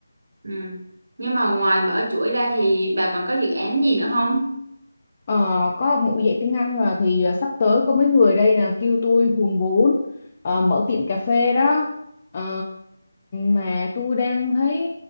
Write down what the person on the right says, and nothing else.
Ừ. Nhưng mà ngoài mở chuỗi ra thì bà còn có dự án gì nữa không?